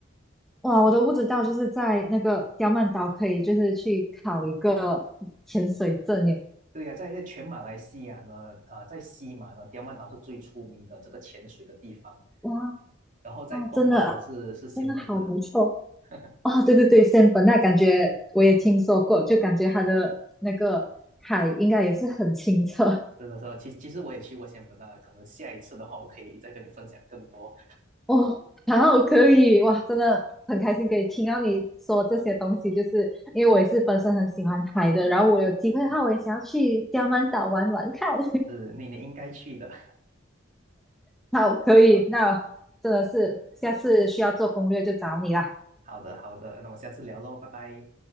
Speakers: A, in the centre; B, on the right.
A: 哇，我都不知道，就是在那个刁曼岛可以就是去考一个潜水证耶！
B: 对呀、在在全马来西亚呢，啊、在西马呢，刁曼岛是最出名的这个潜水的地方，
A: 哇，
B: 然后在东马呢是是仙本那，
A: 真的真的好不错
B: <laughs>
A: 哦！对对对，仙本那感觉我也听说过，就感觉它的那个海应该也是很清澈，
B: 是的时候，其其实我也去过仙本那，可能下一次的话，我可以再跟你分享更多，
A: 哦，好，可以，哇，真的很开心可以听到你说这些东西，就是因为我也是本身很喜欢海的，然后我有机会的话，
B: 嗯，
A: 我也想要去刁曼岛玩玩看。
B: 是你你应该去的。
A: <laughs> 好，可以，
B: <laughs>
A: 那真的是下次需要做攻略就找你啦。
B: 好的好的，那我们下次聊喽，拜拜。